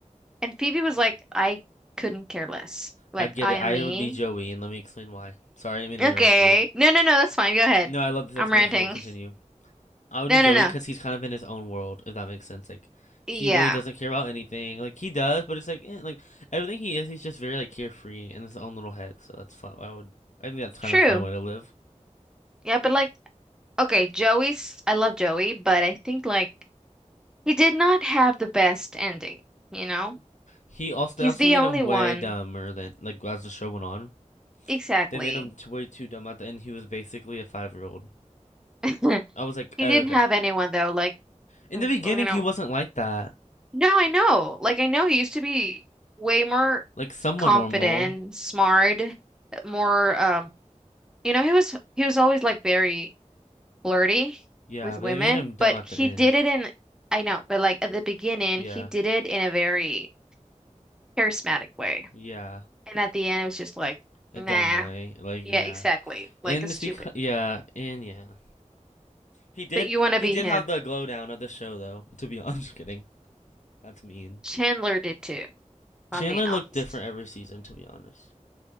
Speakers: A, in the centre; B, on the left.
A: And Phoebe was like, I couldn't care less. Like
B: I get
A: I
B: it.
A: am
B: I
A: me.
B: would be Joey, and let me explain why. Sorry, I didn't mean to
A: Okay.
B: interrupt you.
A: No, no, no, that's fine. Go ahead.
B: No, I love this
A: I'm
B: explanation.
A: ranting.
B: We'll continue.
A: <laughs>
B: I would do
A: No,
B: Joey
A: no, no.
B: because he's kind of in his own world, if that makes sense. Like, he
A: Yeah.
B: really doesn't care about anything. Like, he does, but it's like, eh, like everything he is, he's just very like carefree in his own little head. So that's fun. I would. I think that's kind
A: True.
B: of a fun way to live.
A: Yeah, but like okay, Joey's I love Joey, but I think like He did not have the best ending, you know?
B: He also
A: He's
B: they also
A: the
B: made
A: only
B: him
A: one.
B: way dumber than like as the show went on.
A: Exactly.
B: They made him way too dumb at the end. He was basically a five year old.
A: <laughs>
B: I was like,
A: He
B: oh,
A: didn't
B: okay.
A: have anyone though, like
B: In
A: w-
B: the beginning,
A: you know.
B: he wasn't like that.
A: No, I know. Like I know he used to be way more
B: Like somewhat
A: confident,
B: normal.
A: smart, more um you know, he was he was always like very flirty
B: Yeah,
A: with women,
B: but they made him dumb
A: but
B: at
A: he
B: the end.
A: did it in I know, but like at the beginning,
B: Yeah,
A: he did it in a very charismatic way.
B: yeah,
A: And at the end it was just like,
B: a
A: nah.
B: dumb way. Like
A: Yeah,
B: yeah,
A: exactly. Like
B: and
A: a stupid
B: it's because yeah, and yeah. He did
A: But you want to
B: he
A: be
B: did
A: him.
B: have the glow down of the show though. To be <laughs> honest, I'm just kidding. That's mean.
A: Chandler did too, if
B: Chandler
A: I'm being honest.
B: looked different every season. To be honest,